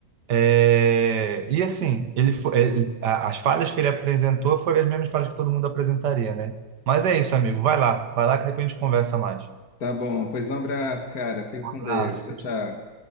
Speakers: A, on the right; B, on the left.
A: é, E assim, ele fo- ele- a- as falhas que ele apresentou foram as mesmas falhas que todo mundo apresentaria, né? Mas é isso, amigo. Vai lá, vai lá que depois a gente conversa mais.
B: Tá bom, pois um abraço, cara. Fica
A: Um
B: com
A: abraço.
B: Deus. Tchau, tchau.